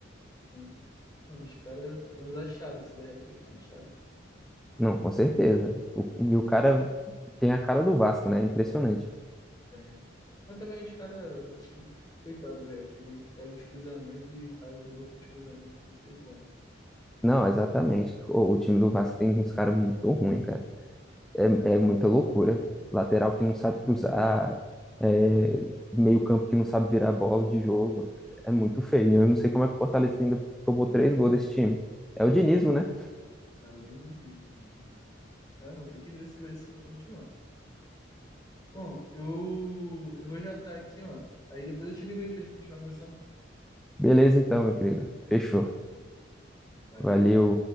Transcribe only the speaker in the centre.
Não, com certeza. O- e o cara tem a cara do Vasco, né? É Impressionante.
Não, exatamente. O, o time do Vasco tem uns caras muito ruins, cara. É, é muita loucura. Lateral que não sabe cruzar, é, meio-campo que não sabe virar bola de jogo. É muito feio. Eu não sei como é que o Fortaleza ainda tomou três gols desse time. É o dinismo, né?
Beleza, então, meu querido. Fechou.
Valeu.